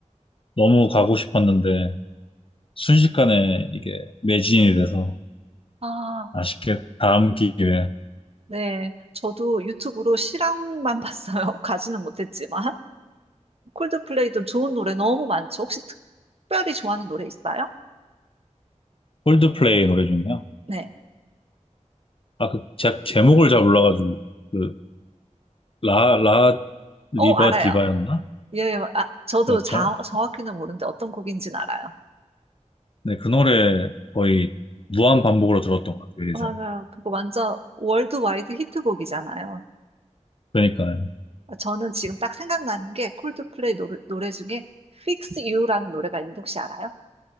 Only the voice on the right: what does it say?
아,
네. 저도 유튜브로 실황만 <laughs> 봤어요. 가지는 못했지만. 콜드플레이도 좋은 노래 너무 많죠. 혹시 특별히 좋아하는 노래 있어요?
네.
어, 알아요.
예, 예. 아, 저도
자-
정확히는 모르는데 어떤 곡인지는 알아요.
맞아요. 그거 완전 월드와이드 히트곡이잖아요.
저는 지금 딱 생각나는 게 콜드플레이 노래, 노래 중에 Fix You라는 노래가 있는데 혹시 알아요?